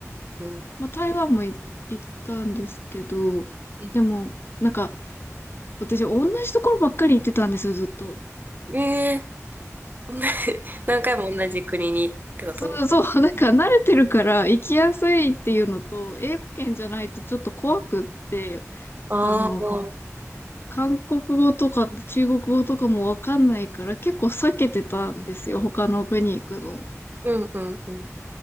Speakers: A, on the right; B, on the left.
A: うん。
B: まあ、台湾もい行ったんですけど、
A: うん
B: でも、なんか、私、同じところばっかり行ってたんですよ、ずっと。
A: えー同じ <laughs>、何回も同じ国にってこと
B: そうそう、<laughs> なんか慣れてるから行きやすいっていうのと、英語圏じゃないとちょっと怖くって、
A: ああー、
B: あの、韓国語とか中国語とかもわかんないから結構避けてたんですよ、他の国行くの。
A: うんうんうん。